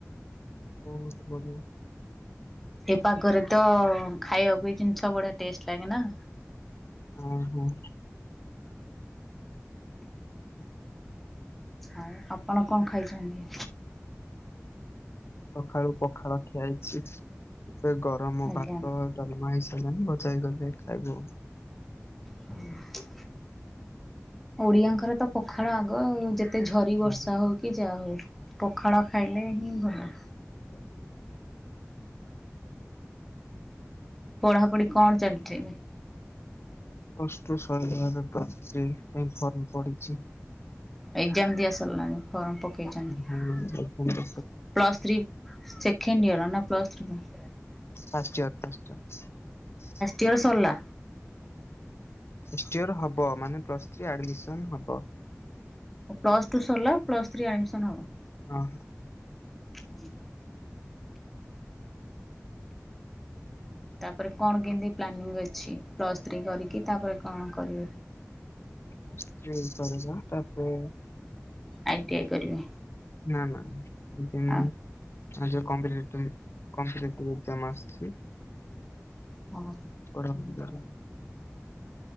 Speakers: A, on the left; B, in the centre.
A: ବହୁତ ବଢିଆ।
B: ଏ ପାଗରେ ତ ଖାଇବାକୁ ଜିନିଷ ବଢିଆ ଟେଷ୍ଟ ଲାଗେ ନା।
A: ହୁଁ ହୁଁ
B: ହିଁ ଆପଣ କଣ ଖାଇଛନ୍ତି?
A: ସଖାଳୁ ପଖାଳ ଖିଆ ହେଇଛି ଏବେ ଗରମ
B: ଆଜ୍ଞା
A: ଭାତ ଡାଲମା ହେଇ ସାଇଲାଣି ଭଜା ହେଇଗଲେ ଖାଇବୁ ଆଉ।
B: ହୁଁ ଓଡିଆଙ୍କର ତ ପଖାଳ ଆଗ ଆଉ ଯେ ତେ ଝରି ବର୍ଷା
A: ଆଉ।
B: ହେଉ କି ଯାହା ହଉ ପଖାଳ ଖାଇଲେ ହିଁ ଭଲ।
A: ହୁଁ
B: ପଢ଼ାପଢ଼ି କଣ ଚାଲିଚି ଏବେ?
A: ଅଷ୍ଟ ଶହ <inaudible> ପାଇଁ ଫର୍ମ ପଡିଚି।
B: ଏକ୍ଜାମ ଦିଆସରଲାଣି। ଫର୍ମ ପକେଇଛନ୍ତି
A: ହଁ ଫାଷ୍ଟ ଇୟର
B: ପ୍ଲସ୍ ଥ୍ରୀ ସେଖେଣ୍ଡ ଇଅର ନା ପ୍ଲସ ଥ୍ରୀ ପା।
A: First year first year.
B: କେଉଁ ସରଲା।
A: ଫାଷ୍ଟ ଇଅର ହବ ମାନେ ପ୍ଲସ ଥ୍ରୀ ଆଡ଼ମିସନ ହବ।
B: ପ୍ଲସ୍ ଟୁ ସରିଲ ପ୍ସସ ଥ୍ରୀ ଆଡମିସନ ହବ।
A: ହଁ
B: ଓଁ ତାପରେ କଣ କେମିତି ପ୍ଲାନିଂ ଅଛି ପ୍ଲସ୍ ଥ୍ରୀ କରିକି ତାପରେ କଣ କରିବ?
A: ପ୍ଲସ ଥ୍ରୀ କରିବା ତାପରେ
B: ଆଇଟି ଆଇ କରିବେ।
A: ନା ନା ନା ଦେମିନି।
B: ଆ
A: ଆଉ ଜଉ କମ୍ବ୍ରିଟ କମ୍ବ୍ରିଟକାମ ଆସିଚି।
B: ହଁ
A: ପଢା ପଢି କରିବି।